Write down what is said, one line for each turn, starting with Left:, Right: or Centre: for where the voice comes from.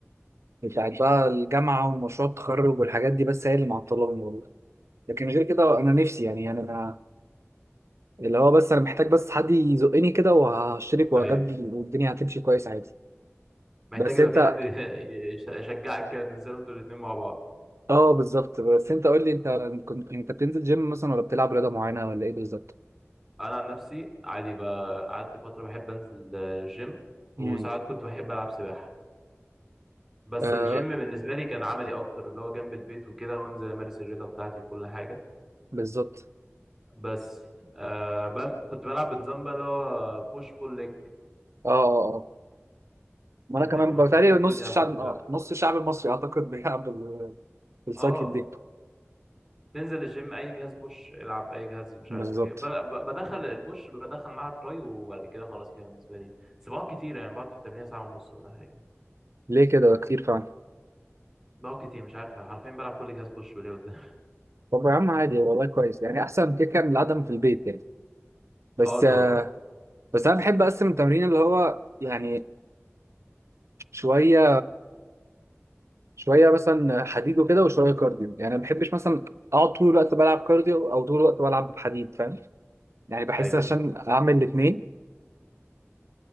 Right: بتاعت بقى الجامعة ومشروع التخرج والحاجات دي بس هي اللي معطلاني والله لكن غير كده انا نفسي يعني يعني انا اللي هو بس انا محتاج بس حد يزقني كده وهشترك وهجدد
Centre: ايوه
Right: والدنيا هتمشي كويس عادي
Centre: محتاج
Right: بس
Centre: يبقى
Right: انت
Centre: في حد <laughs> يش- يشجعك كده تنزلوا انتوا الاتنين مع بعض
Right: اه بالظبط بس انت قول لي انت كنت انت بتنزل جيم مثلا ولا بتلعب رياضة معينة ولا ايه بالظبط
Centre: انا عن نفسي عادي بقى قعدت فترة بحب انزل آه، جيم وساعات
Right: امم
Centre: كنت بحب العب سباحة بس
Right: آه
Centre: الجيم بالنسبة لي كان عملي اكتر اللي هو جنب البيت وكده وانزل امارس الرياضة بتاعتي وكل حاجة
Right: بالظبط
Centre: بس آه بل... كنت بلعب بنظام بقى اللي هو بوش بول ليج
Right: اه اه اه ما
Centre: انت
Right: انا كمان
Centre: كن-
Right: بتهيألي
Centre: كنت ايه
Right: نص
Centre: الدنيا
Right: الشعب
Centre: لما كنت بتلعب
Right: آه نص الشعب المصري اعتقد بيلعب بال- بالسايكل
Centre: اه
Right: دي
Centre: تنزل الجيم اي جهاز بوش العب اي جهاز مش
Right: بالظبط
Centre: عارف ايه ب- ب- بدخل البوش بدخل معاها تراي وبعد كده خلاص كده بالنسبه لي بس بقعد كتير يعني بقعد في التمرين ساعه ونص ولا حاجه
Right: ليه كده كتير فعلا
Centre: بقعد كتير مش عارف حرفيا بلعب كل جهاز بوش وليه قدام
Right: طب يا عم عادي والله كويس يعني احسن كده كان العدم في البيت يعني بس
Centre: <laughs> اه طبعا
Right: آه بس انا بحب اقسم التمرين اللي هو يعني شويه شويه مثلا حديد وكده وشويه كارديو يعني ما بحبش مثلا اقعد طول الوقت بلعب كارديو او طول الوقت بلعب حديد فاهم يعني بحس
Centre: ايوه
Right: عشان اعمل الاثنين